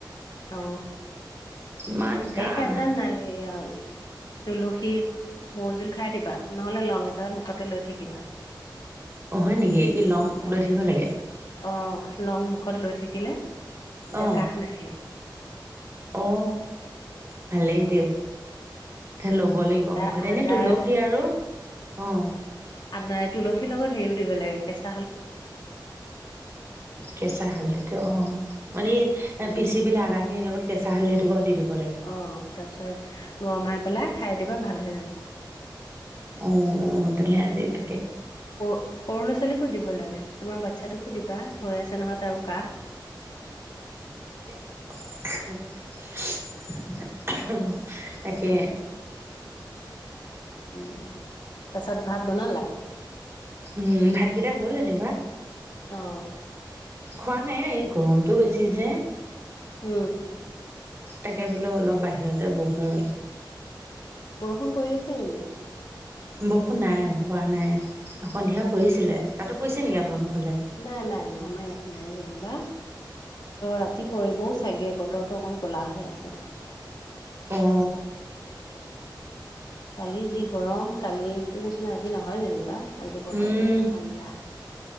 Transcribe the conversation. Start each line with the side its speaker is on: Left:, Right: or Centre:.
Left: অ।
Right: ইমান
Left: সে
Right: কাহ
Left: খাইছা নাইয়া তুলসী মৌজুল খাই দিবা নহ'লে লং এটা মুখতে লৈ থাকিবা।
Right: অ হয় নেকি কি লং লৈ
Left: অঁ
Right: থাকিব লাগে।
Left: অঁ লং মুখত লৈ থাকিলে তেতিয়া
Right: অ
Left: কাহ নাহে।
Right: অ ভাল এ দেও। ল'ব লাগিব
Left: আদা
Right: মুখতে এনে
Left: আদা
Right: তুলসী আৰু অ।
Left: আদা নাই তুলসীৰ লগত হেৰিও দিব লাগে কেচ
Right: কেচা হালধি। অ মানে এই পিচি পেলাই আদা খিনিৰ লগত কেঁচা হালদি দুটা দি দিবি।
Left: অ তাৰপিছত গৰমাই পেলাই খাই দিবা ভাল হৈ যাব।
Right: অ অ তেলে আজেয়তি
Left: সৰু সৰু ল'ৰা ছোৱালীকো দিব লাগে। তোমাৰ বাচ্ছাটোকো দিবা হৈ আছে নহয় তাৰো কাহ।
Right: <unintelligible> তাকে
Left: উম তাপিছত ভাত বনালা।
Right: উম ভাতকেইটা হ'ল যেনিবা
Left: অ
Right: খোৱা নাই এই গৰমটো বেছি যে।
Left: উম
Right: তাকে বোলে অলপ বাহিৰতে বহো।
Left: বৰষুণ পৰি আছে নেকি?
Right: বৰষুণ নাই প নাই সন্ধিয়া পৰিছিলে। তাতো পৰিছে নেকি আপোনালোকৰ ফালে
Left: নাই, নাই, নাই আমাৰ ইয়াত নাই যেনিবা। ৰাতি পৰিবও চাগে বতৰটো অকণ ক'লা হৈ আছে।
Right: অ!
Left: কালি যি গৰম, কালিটো নিচিনা আজি নহয় যেনিবা। আজি বতৰটো
Right: উম!
Left: অকণ ঠাণ্ডা